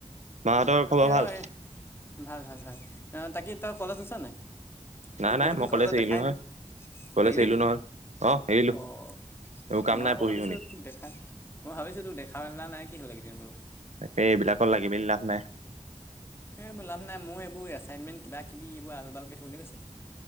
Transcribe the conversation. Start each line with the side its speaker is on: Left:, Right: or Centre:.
Right: মাহঁতৰ
Left: বাকী
Right: খবৰ ভাল?
Left: আও এ ভাল ভাল ভাল তাকী তৰ কলেজ আছে নাই
Right: নাই
Left: তোক
Right: নাই
Left: বহুত
Right: মই
Left: দিন কলেজত
Right: কলেজ
Left: দেখাই
Right: এৰিলো নহয়
Left: নাই
Right: কলেজ
Left: একেইদিন
Right: এৰিলো নহয়। অ এৰিলো
Left: অঁ
Right: এইবোৰ কাম
Left: মই
Right: নাই
Left: আকৌ
Right: পঢ়ি
Left: ভাবিছোঁ
Right: শুনি
Left: তোক দেখা মই ভাবিছো তোক দেখা-মেলা নাই কি'হল এইকেদিন বোলোঁ
Right: তাকে এইবিলাকত লাগি মেলি লাভ নাই
Left: এই এইবোৰ লাভ নাই মোৰ এইবোৰ এছাইনমেণ্ট কিবা কিবি এইবোৰ আল বাল কৈ থাকোঁতে গৈছে